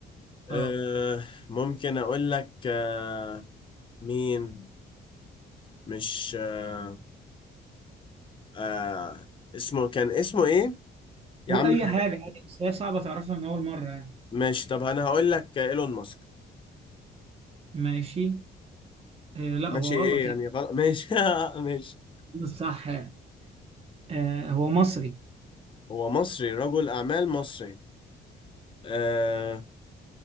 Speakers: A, on the left (about 25°); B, on the right (about 30°).
A: أه
B: أه
A: ممكن اقول لك أه مين مش آه آه اسمه كان اسمه ايه يا
B: قول
A: عم
B: أي
A: خالد
B: حاجة عادي بس هي صعبة تعرفها من أول مرة يعني
A: ماشي طب انا هقول لك ايلون ماسك
B: ماشي آه لا
A: ماشي
B: هو
A: ايه
B: غلط
A: يعني
B: يعني
A: غلط ماشي <laughs> ماشي
B: بس صح يعني. آه هو مصري
A: هو مصري رجل اعمال مصري آه